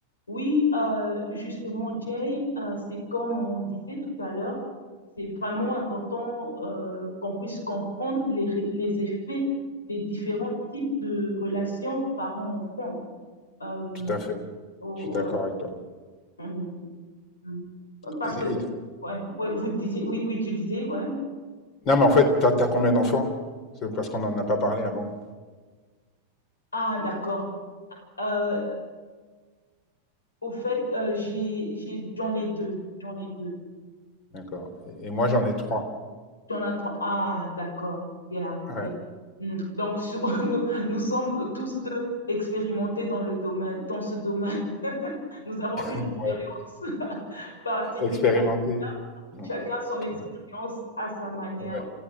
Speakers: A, on the left; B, on the left.
A: Oui, euh, justement, Jay, euh, c'est comme on disait tout à l'heure, c'est vraiment important euh, qu'on puisse comprendre les, ré- les effets des différents types de relations parents-enfants. Euh,
B: Tout à fait.
A: oh,
B: Je suis d'accord
A: ouais,
B: avec toi.
A: hum, hum. Parce
B: Et-
A: que,
B: et-
A: ouais, ouais, vous disiez, oui, oui, tu disais, ouais.
B: non, mais en fait, t'as, t'as combien d'enfants? C'est parce qu'on n'en a pas parlé avant.
A: Ah, d'accord. Euh, au fait, euh, j'ai, j'ai, j'en ai deux, j'en ai deux.
B: D'accord. Et, et moi, j'en ai trois.
A: Jonathan, ah, d'accord. Yeah,
B: Ouais.
A: yeah. Mm. Donc, sur- <laughs> nous, nous sommes tous deux expérimentés dans le domaine, dans ce domaine. <laughs> Nous avons
B: <laughs>
A: une expérience
B: Ouais.
A: <laughs> particulière.
B: Expérimenté. Mm.
A: Chacun son expérience
B: Ouais.
A: à sa manière.
B: Ouais.